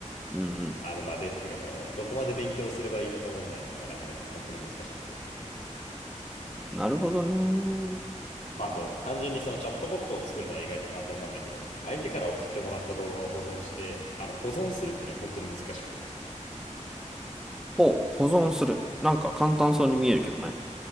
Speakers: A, in the centre; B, on the left.
A: うんうん。
B: あの、まあ、データというか、その、どこまで勉強すればいいのか問題っていうのがなかなか本当に難しくて。
A: なるほどね。
B: まあ、あと、単純にそのチャットボットを作るのは意外と簡単なんだけど、相手から送ってもらった動画を保存して、あの、保存するっていうのが本当に難しくて。
A: ほう、保存する。なんか簡単そうに見えるけどね。